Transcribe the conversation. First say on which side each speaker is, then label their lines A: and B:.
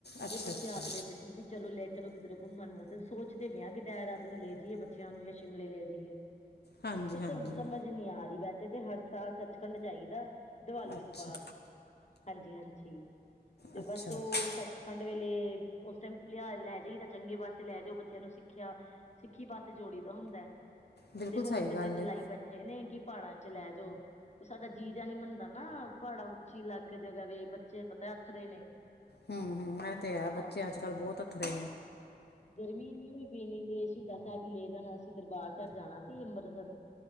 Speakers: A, on the left; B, on the left.
A: ਅੱਛਾ
B: ਤੇ ਬੱਚੇ
A: ਅੱਛਾ
B: ਆਖਦੇ ਪਏ ਸੀ ਵੀ ਚਲੋ ਲੈ ਚਲੋ ਕਿੱਧਰ ਘੁੰਮਨ ਵਾਸਤੇ ਸੋਚਦੇ ਪਿਆ ਕਿ ਦਾਇਰਾਦੂਨ ਲੈ ਜਈਏ ਬੱਚਿਆਂ ਨੂੰ ਜਾਂ ਸ਼ਿਮਲੇ ਲੈ ਜਾ ਕੁਛ
A: ਹਾਂਜੀ ਹਾਂਜੀ
B: ਸਮਝ <unintelligible> ਸਮਝ ਨਹੀ ਆ ਰਹੀ ਬੈਸੇ ਤੇ ਹਰ ਸਾਲ ਸੱਚਖੰਡ ਜਾਈਦਾ ਦੀਵਾਲੀ
A: ਅੱਛਾ
B: ਤੋਂ ਬਾਅਦ ਹਾਂਜੀ ਹਾਂਜੀ ਤੇ
A: ਅੱਛਾ
B: ਬਸ ਉਹ
A: ਅੱਛਾ
B: ਸੱਚ ਠੰਡ ਵੇਲੇ ਉਸ ਟਾਈਮ ਲਿਆ ਲੈ ਜਾਈ ਤਾਂ ਚੰਗੇ ਪਾਸੇ ਲੈ ਜਾਓ ਬੱਚਿਆਂ ਨੂੰ ਸਿੱਖਿਆ ਸਿੱਖੀ ਪਾਸੇ ਜੋੜੀ ਦਾ ਹੁੰਦਾ।
A: ਬਿਲਕੁਲ
B: ਤੇ ਹੁਨ
A: ਸਹੀ
B: ਤੇ
A: ਗੱਲ
B: ਜਿਦ
A: ਹੈ
B: ਲਾਈ ਬੈਠੇ ਨੇ ਕਿ ਪਹਾੜਾਂ ਚ ਲੈ ਜਾਓ। ਸਾਡਾ ਜੀ ਜਿਆ ਨੀ ਮੰਨਦਾ ਨਾ ਪਹਾੜਾ ਉੱਚੀ ਅਲੱਗ ਜਗ੍ਹਾ ਵੇ ਬੱਚੇ ਪਤਾ ਅੱਥਰੇ ਨੇ। <inaudible>
A: ਹੂੰ ਇਹ ਤੇ ਹੈ ਬੱਚੇ
B: ਹਾਂਜੀ
A: ਅੱਜ
B: ਹਾਂਜੀ
A: ਕੱਲ੍ਹ ਬਹੁਤ ਅੱਥਰੇ ਨੇ।
B: ਗਰਮੀ ਇੰਨੀ ਹੋਈ ਪਈ ਨਹੀ ਤੇ ਸ਼ਹੀਦਾਂ ਸਾਹਿਬ ਹੀ ਲੈ ਜਾਣਾ ਸੀਂ ਦਰਬਾਰ ਸਾਹਿਬ ਜਾਣਾ ਸੀ ਅੰਮ੍ਰਿਤਸਰ